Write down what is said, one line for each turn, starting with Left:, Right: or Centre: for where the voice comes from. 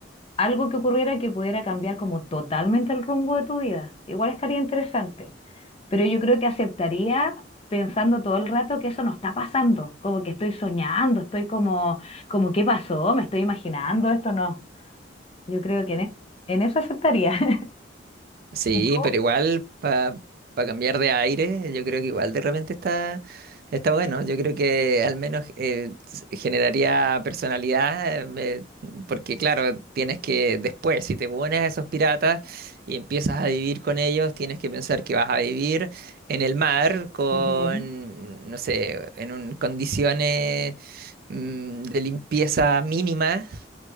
Left: algo que ocurriera que pudiera cambiar como totalmente el rumbo de tu vida. Igual estaría interesante pero yo creo que aceptaría pensando todo el rato que eso no está pasando, como que estoy soñando, estoy como, como ¿qué pasó? Me estoy imaginando, esto no. Yo creo que en, e- en eso aceptaría. <laughs>
Right: Sí,
Left: ¿Y tú?
Right: pero igual para cambiar de aire, yo creo que igual de repente está, está bueno. Yo creo que al menos eh, s- generaría personalidad, eh, me- porque claro, tienes que después, si te unes a esos piratas y empiezas a vivir con ellos, tienes que pensar que vas a vivir en el mar con,
Left: Ujú,
Right: no sé, en un- condiciones mm, de limpieza mínima